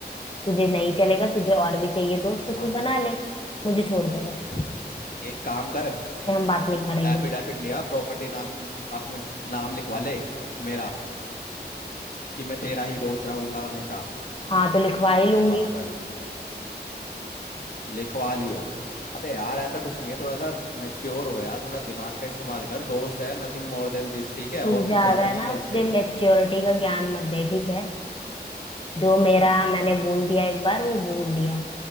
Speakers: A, on the left; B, on the left.
A: तुझे नहीं चलेगा तुझे और भी चाहिए दोस्त तो
B: हाँ
A: तू बना ले मुझे छोड़ दे बस
B: एक काम कर
A: से हम बात नहीं करेंगे
B: एफिडेविट लिया प्रॉपर्टी नाम अपने नाम लिखवा ले मेरा कि मैं तेरा ही दोस्त रहूंगा हमेशा
A: हाँ तो लिखवा ही लूंगी
B: पागल लिखवाली हो अबे यार ऐसा कुछ नहीं है थोड़ा सा मेच्योर हो यार थोड़ा दिमाग का इस्तेमाल कर दोस्त है नथिंग मोर देन दिस ठीक है
A: तू
B: और
A: ज्यादा
B: कुछ ज्यादा नहीं
A: ना
B: है
A: मुझे
B: इससे
A: मैच्योरिटी का ज्ञान मत दे ठीक है जो मेरा मैंने बोल दिया एक बार वो बोल दिया